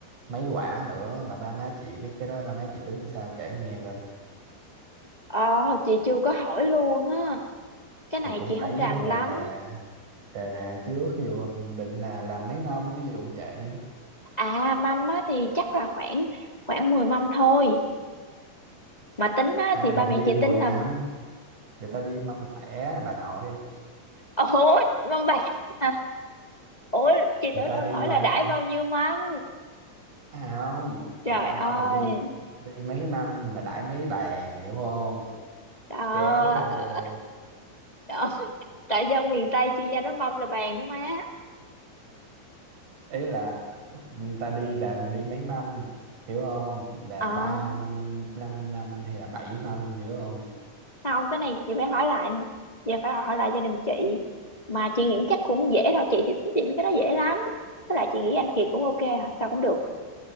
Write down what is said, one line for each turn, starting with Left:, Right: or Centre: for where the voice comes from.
Right: mấy quả nữa mà ba má chị mấy cái đó ba má chị tính sao kể em nghe coi
Left: ờ, chị chưa có hỏi luôn á cái này
Right: thì cũng
Left: chị
Right: phải
Left: không rành
Right: rà
Left: lắm
Right: rà rà rà trước ví dụ định là làm mấy mâm ví dụ vậy
Left: à mâm á thì chắc là khoảng khoảng 10 mâm thôi mà tính á
Right: ai
Left: thì
Right: mà
Left: ba
Right: đi
Left: mẹ chị
Right: 10
Left: tính là
Right: mâm người ta đi mâm lẻ bà nội
Left: ủa mâm bạc à, ủa chị
Right: người
Left: tưởng
Right: ta
Left: em
Right: đi
Left: hỏi
Right: ba
Left: là đãi bao nhiêu mâm
Right: à không
Left: trời
Right: người ta
Left: ơi
Right: hỏi là đi đi mấy mâm mà đãi mấy bàn hiểu không
Left: đó,
Right: chán ghê
Left: đó. tại dân miền Tây chuyên gia nó mâm là bàn đó má
Right: ý là ừ, ta đi làm đi mấy mâm hiểu không là
Left: à
Right: ba mâm năm năm hay là bảy mâm hiểu không
Left: không cái này chị phải hỏi lại giờ phải hỏi lại gia đình chị mà chị nghĩ chắc cũng dễ thôi chị thì tính chị mấy cái đó dễ lắm với lại chị nghĩ anh Kiệt cũng ok hả sao cũng được